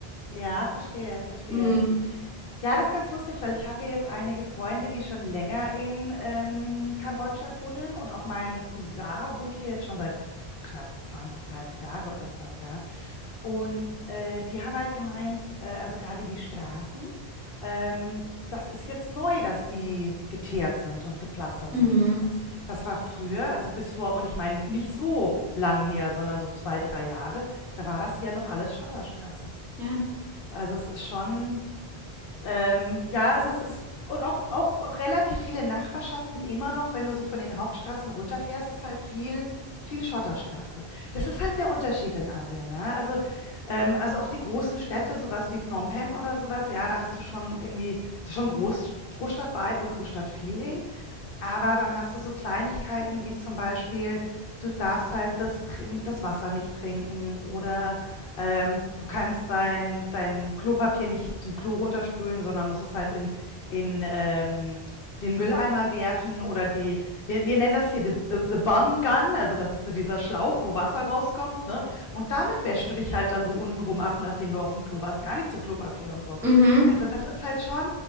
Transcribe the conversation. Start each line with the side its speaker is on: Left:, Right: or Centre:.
Left: Ja, verstehe, verstehe.
Centre: Mhm.
Left: Ja, das ist ganz lustig, weil ich habe ja jetzt einige Freunde, die schon länger in, ähm, Kambodscha wohnen und auch mein Cousin wohnt hier jetzt schon seit, du, knapp 20, 30 Jahre oder so was, ja. Und, äh, die haben halt gemeint, äh, also gerade die Straßen, ähm, das ist jetzt neu, dass die geteert sind und gepflastert
Centre: Mhm.
Left: sind und so was. Das war früher, also bis vor und ich meine nicht so lang her, sondern so 2, 3 Jahre, da war das ja noch alles Schotterstraßen.
Centre: Ja.
Left: Also, es ist schon ähm, ja, also es ist, und auch, auch, auch relativ viele Nachbarschaften immer noch, wenn du so von den Hauptstraßen runterfährst, ist halt viel, viel Schotterstraße. Das ist halt der Unterschied in Asien, ne? Also, ähm, also auch die großen Städte, sowas wie Phnom Penh oder sowas, ja, da hast du schon irgendwie, das ist schon Groß, Großstadt-Vibe und Großstadt-Feeling. Aber dann hast du so Kleinigkeiten wie zum Beispiel, du darfst halt das, Trin- das Wasser nicht trinken oder ähm, du kannst dein, dein Klopapier nicht zum Klo runterspülen, sondern musst es halt in, in ähm, den Mülleimer werfen oder die, wir, wir nennen das hier the, the, the Bum Gun, also das ist so dieser Schlauch, wo Wasser rauskommt, ne? Und damit wäschst du dich halt dann so untenrum ab, nachdem du auf dem Klo warst. Gar nicht so Klopapier und so.
Centre: Mhm.
Left: Also das ist halt schon